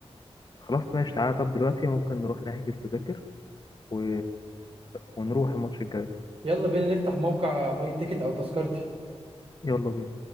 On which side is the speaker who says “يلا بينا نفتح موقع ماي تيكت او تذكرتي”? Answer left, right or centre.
Right